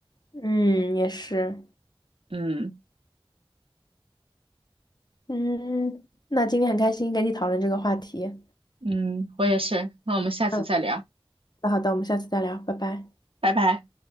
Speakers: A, on the left; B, on the right.
A: 嗯，也是，
B: 嗯
A: 嗯，那今天很开心跟你讨论这个话题，
B: 嗯，我也是。那我们下次再聊，
A: 嗯，那好的，我们下次再聊，拜拜。
B: 拜拜。